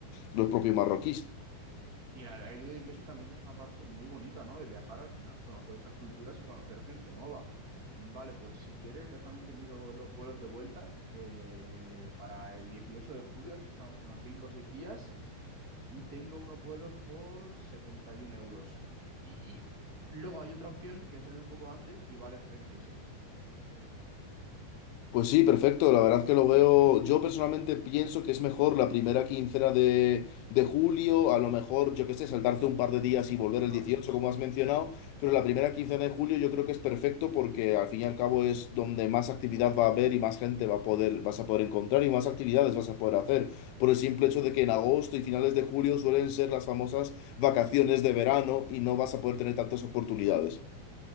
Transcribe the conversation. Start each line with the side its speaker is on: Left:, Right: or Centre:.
Left: los propios marroquíes.
Right: Y la verdad que que eso también es una parte muy bonita, ¿no? De viajar al final, conocer otras culturas y conocer gente nueva. Vale, pues si quieres, déjame que miro los vuelos de vuelta eh, para el 18 de julio, así estamos unos 5 o 6 días, y tengo unos vuelos por 71 euros. Y luego hay otra opción que es salir un poco antes y vale treinta y seis No sé qué prefieres ahí.
Left: Pues sí, perfecto. La verdad que lo veo. Yo personalmente pienso que es mejor la primera quincena de, de julio. A lo mejor, yo qué sé, saltarse un par de días y volver
Right: Ajá,
Left: el 18 como has mencionado. Pero la primera quincena de julio yo creo que es perfecto porque al fin y al cabo es donde más actividad va a haber y más gente va a poder, vas a poder encontrar y más actividades vas a poder hacer. Por el simple hecho de que en agosto y finales de julio suelen ser las famosas vacaciones
Right: sí.
Left: de verano y no vas a poder tener tantas oportunidades.